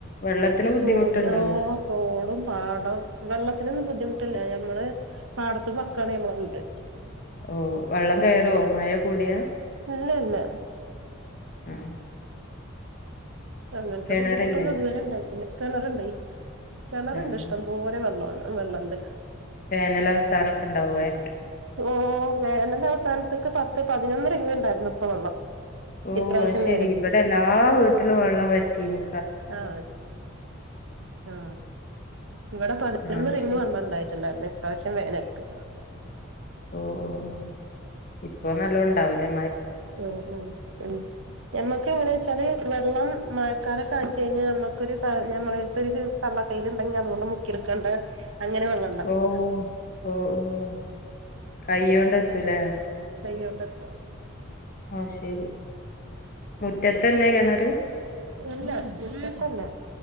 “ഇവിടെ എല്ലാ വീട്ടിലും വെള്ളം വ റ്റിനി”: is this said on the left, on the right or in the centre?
Left